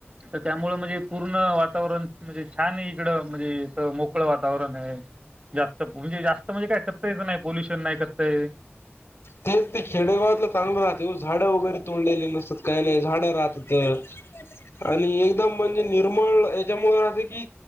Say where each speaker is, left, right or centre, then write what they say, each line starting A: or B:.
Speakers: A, on the right; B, on the left.
A: तर त्यामुळे म्हणजे पूर्ण वातावरण म्हणजे छान आहे इकडं, म्हणजे असं मोकळं वातावरण आहे‌. जास्त पॉल्यु जास्त म्हणजे काय करतायच नाही, पॉल्युशन नाही <unintelligible>
B: तेचं ते खेडेगावातलं चांगलं राहते, झाडं वगैरे तोडलेली नसतात, काय नाही झाडं राहतात. तर आणि एकदम म्हणजे निर्मळ याच्यामुळे असं की,